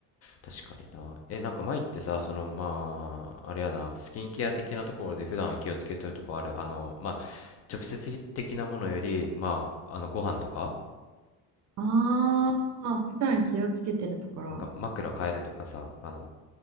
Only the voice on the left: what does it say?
確かになえなんか前ってさそのまああれやなスキンケア的なところで普段気をつけとるとこあるあのまあ直接的なものよりまああのご飯とか
なんか枕変えるとかさあの